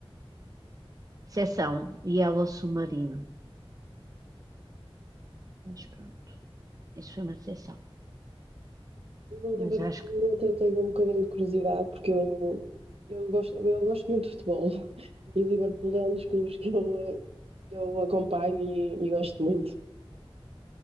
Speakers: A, on the right (about 35°); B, on the right (about 80°).
A: seção Yellow Submarino. Mas pronto, isso foi uma seção.
B: Eu a Liverpool
A: Mas acho que
B: até tenho um bocadinho de curiosidade, porque eu, eu gosto, eu gosto muito de futebol <laughs> e Liverpool é um dos clubes que eu, eh, que eu acompanho e, e gosto muito.